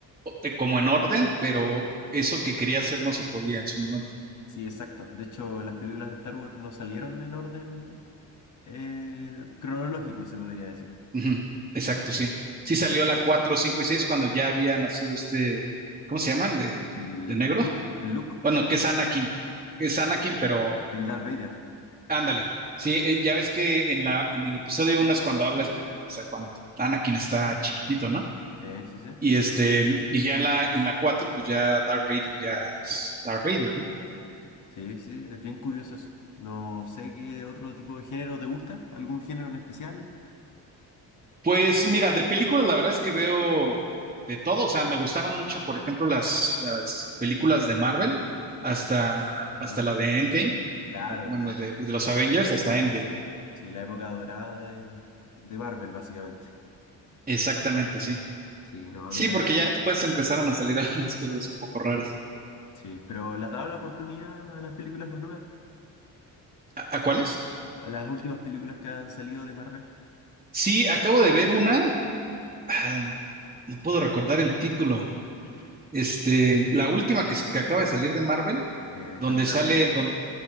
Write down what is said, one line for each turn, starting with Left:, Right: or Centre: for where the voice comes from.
Right: eh, como en orden, pero eso que quería hacer no se podía en su momento.
Left: Sí, exacto. De hecho, las películas de Star Wars no salieron en orden eh, cronológico, se podría decir.
Right: Ujú, Exacto, sí.
Left: Sí,
Right: Sí
Left: eso.
Right: salió la 4, 5 y 6 cuando ya había nacido este, ¿cómo se llaman? De,
Left: El,
Right: de negro.
Left: el look, el look,
Right: Bueno, que es Anakin. Es Anakin, pero
Left: el Darth Vader.
Right: ándale. Sí, eh, ya ves que en la, en el episodio uno es cuando hablas, o sea, cuando Anakin está chiquitito, ¿no?
Left: Sí, sí, sí.
Right: Y este, y ya en la, en la 4 pues ya Darth Vader ya es Darth Vader, ¿no?
Left: Sí, sí, es bien curioso eso. No sé qué otro tipo de género te gusta, algún género en especial.
Right: Pues mira, de películas la verdad es que veo de todo, o sea, me gustaron mucho, por ejemplo, las, las películas de Marvel, hasta, hasta
Left: Ya,
Right: la de Endgame,
Left: Claro,
Right: bueno,
Left: claro.
Right: de, de los Avengers hasta Endgame.
Left: Sí, la época dorada de, de Marvel, básicamente.
Right: Exactamente, sí.
Left: Sí, no, a
Right: Sí,
Left: mí también.
Right: porque ya después empezaron a salir <laughs> algunas cosas un poco raras.
Left: Sí, pero ¿le has dado la oportunidad a las películas más nuevas?
Right: ¿A, a cuáles?
Left: A las últimas películas que han salido de Marvel.
Right: Sí, acabo de ver una, ah, no puedo recordar el título, este, la última que, s- que acaba de salir de Marvel,
Left: Eh,
Right: donde
Left: Capitán
Right: sale,
Left: América.
Right: don-